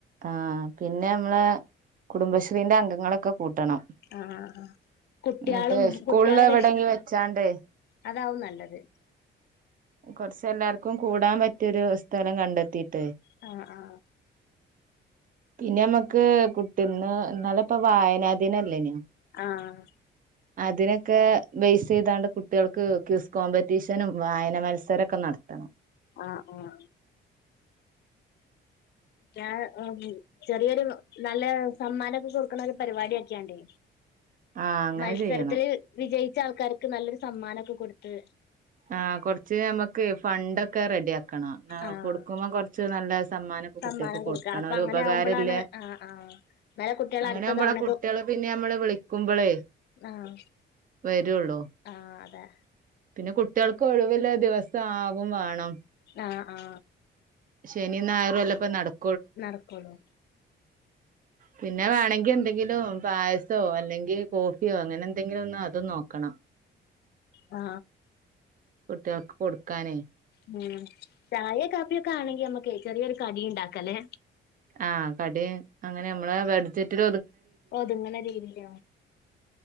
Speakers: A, on the right; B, on the left.
A: ആഹ് പിന്നെ നമ്മള് കുടുംബശ്രീന്റെ അംഗങ്ങളൊക്കെ കൂട്ടണം
B: ആഹ് കുട്ട്യാളും
A: എന്നിട്ട് സ്കൂളിൽ
B: കുട്ട്യാളെ
A: എവിടെങ്കിലും
B: രക്ഷി
A: വെച്ചാണ്ട്
B: അതാവും നല്ലത്
A: കൊറച്ച എല്ലാർക്കും കൂടാൻ പറ്റിയൊരു സ്ഥലം കണ്ടെത്തീട്ട്
B: ആ ആ
A: പിന്നെ നമ്മുക്ക് ബുക്ക്‌ന്ന് ഇന്നലെ ഇപ്പൊ വായനാ ദിനല്ലെഞാ
B: ആഹ്
A: അതിനൊക്കെ ബൈസ്‌ ചെയ്താണ്ട് കുട്ടികൾക്ക് ക്വിസ് ക്കോമ്പറ്റീഷനും വായന മത്സരൊക്കെ നടത്തണം
B: ആ ആ ഞാൻ ചെറിയൊരു നല്ല സമ്മാനമൊക്കെ കൊടുക്കണ ഒരു പരിപാടിയാക്കിക്കാണ്ട്
A: ആഹ് അങ്ങനെ
B: മത്സരത്തില്
A: ചെയ്യണം
B: വിജയി വിജയിച്ച ആൾക്കാർക്ക് നല്ലൊരു സമ്മാനൊക്കെ കൊടുത്ത്
A: ആ കൊറച്ച് നമ്മുക്ക് ഫണ്ടൊക്കെ റെഡി ആക്കാം കൊടുക്കണം
B: ആഹ്
A: കൊടുക്കുമ്പോം കൊറച്ച് നല്ല സമ്മാനക്കെ കുട്ടികൾക്ക്
B: സമ്മാനം
A: കൊടുക്കണം
B: കൊടുക്ക അപ്പൊ
A: ഒരു
B: അങ്ങനെ
A: ഉപകാരം
B: ആവുമ്പളാണ്
A: ഇല്യ
B: ആഹ് ആഹ് എന്നാലെ കുട്ടികള്
A: അങ്ങനൊവുമ്പോള
B: അടുത്ത തവണക്കെ
A: കുട്ടികള് പിന്നെ നമ്മള് വിളിക്കുമ്പോളേ
B: ആഹ്
A: വരുള്ളു
B: ആഹ് അതെ
A: പിന്നെ കുട്ടികൾക്ക് ഒഴിവിള്ള ദിവസം ആവും വേണം
B: ആ ആ
A: ശനി ഞായറും അല്ലെ ഇപ്പൊ നടക്കൊള്ളു
B: നടകൊള്ളു
A: പിന്നെ വേണെങ്കി എന്തെങ്കിലും പായസോ അല്ലെങ്കിൽ കോഫി യോ അങ്ങനെ എന്തങ്കിലും ഒന്ന് അതും നോ ക്കണം
B: ആ
A: കുട്ടിക്കൾ കൊടുക്കാനെ
B: മ് ചായ കാപ്പിയൊക്കെ ആണെങ്കി നമ്മുക്ക് ചെറിയൊരു കടിം ഉണ്ടാക്കല്ലെ
A: ആ കടി അങ്ങനെ നമ്മള് ബഡ്‌ജറ്റിൽ
B: ഓതുങ്ങനെ രീിക്ക